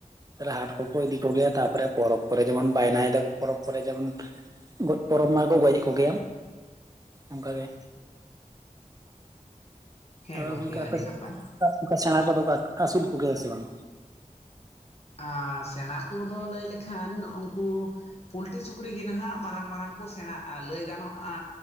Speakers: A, on the right; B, on the left.
A: ᱦᱟᱴ ᱠᱚᱠᱚ ᱤᱫᱤ ᱠᱚᱜᱮᱭᱟ ᱛᱟᱨᱯᱚᱨ ᱯᱚᱨᱚᱵᱽ ᱠᱚᱨᱮ ᱡᱮᱢᱚᱱ ᱵᱟᱭᱱᱟ ᱮᱫᱟᱠᱚ ᱯᱚᱨᱚᱵᱽ ᱠᱚᱨᱮ ᱡᱮᱢᱚᱱ ᱜᱚᱡ ᱯᱚᱨᱚᱵᱽ ᱢᱟᱠᱚ ᱜᱳᱡ-ᱮᱜ ᱠᱚᱜᱮᱭᱟ ᱚᱝᱠᱟᱜᱮ
B: ᱦᱮᱸ
A: ᱛᱟᱯᱚᱨ
B: ᱜᱚᱢᱠᱮ
A: ᱜᱚᱝᱠᱮ
B: ᱟᱹᱰᱤ
A: ᱟᱯᱮ
B: ᱱᱟᱯᱟᱭ
A: ᱥᱮᱫ <inaudible> ᱥᱮᱬᱟ ᱠᱚᱫᱚ ᱠᱚ ᱟᱹᱥᱩᱞ ᱠᱚᱜᱮᱭᱟ ᱥᱮ ᱵᱟᱝ?
B: ᱟᱨ ᱥᱮᱬᱟ ᱠᱚᱫᱚ ᱞᱟᱹᱭ ᱞᱮᱠᱷᱟᱱ ᱩᱱᱠᱩ ᱯᱩᱞᱴᱨᱤ ᱥᱩᱠᱨᱤ ᱜᱮ ᱱᱟᱦᱟᱜ ᱢᱟᱨᱟᱝ ᱢᱟᱨᱟᱝ ᱠᱚ ᱥᱮᱬᱟᱜᱼᱟ ᱞᱟᱹᱭ ᱜᱟᱱᱚᱜᱼᱟ